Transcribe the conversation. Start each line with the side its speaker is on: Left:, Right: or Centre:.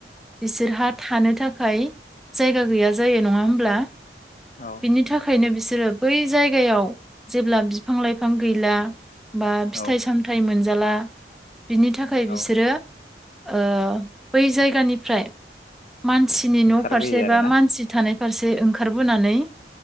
Centre: बिसोरहा थानो थाख खाय जायगा गैया जायो नङा होमब्ला?
Left: औ
Centre: बिनि थाखायनो बिसोरो बै जायगायाव जेब्ला बिफां लाइफां गैला बा फिथाइ
Left: औ
Centre: सामथाइ मोन जाला बिनि थाखाय
Left: औ
Centre: बिसोरो ओ बै जायगानिफ्राय मानसिनि
Left: ओंखारबोयो
Centre: न' फारसे
Left: आरोना
Centre: बा मानसि थानाय फारसे ओंखारबोनानै